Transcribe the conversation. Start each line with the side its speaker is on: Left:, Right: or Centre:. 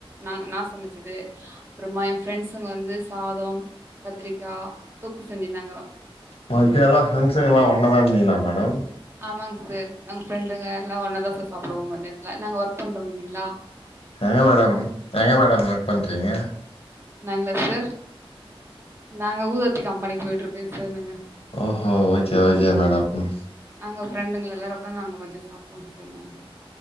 Right: நா நா சமச்சது அப்றமா எ ஃப்ரெண்ட்ஸுங்க வந்து சாதோம் கத்திரிக்கா தொக்கு செஞ்சிந்தாங்க
Left: மத்யானலா ஃப்ரெண்ட்ஸூங்கல்லா ஒன்னதாருந்தீங்களா மேடம்
Right: ஆமாங் சார் நாங்க ஃப்ரெண்டுங்க எல்லா ஒன்னா தா சார் சாப்டுவோ மத்யான்த்துல நாங்க ஒர்க் பண்றோ இல்லீங்களா
Left: எங்க மேடம் எங்க மேடம் ஒர்க் பண்றீங்க
Right: நாங்ளா சார் நாங்க ஊதவத்தி கம்பெனிக்கு போய்ட்டுருக்கே சார் நாங்க
Left: ஓஹோ ஓகே ஓகே மேடம்
Right: நாங்க ஃப்ரெண்டுங்க எல்லாரு உக்காந் நாங்க மதிய சாப்டுவோ சார் நாங்க